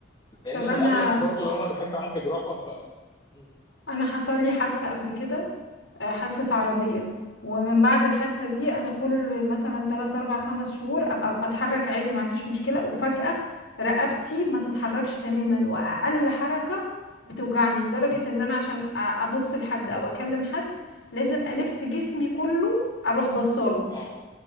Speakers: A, on the left; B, on the left.
A: لان
B: طب
A: في
B: انا
A: الاغلب برضو لو انا دخلت عملت جراحه ف م-
B: انا حصل لي حادثة قبل كده آه، حادثة عربية ومن بعد الحادثة دي أنا كل مثلا 3 4 5 شهور أبقى بتحرك عادي ما عنديش مشكلة وفجأة رقبتي ما تتحركش تماما وأقل حركة بتوجعني لدرجة
A: م- م- م-
B: إن أنا عشان أ- أبص لحد أو أكلم حد لازم ألف جسمي كله أروح بصاله
A: اه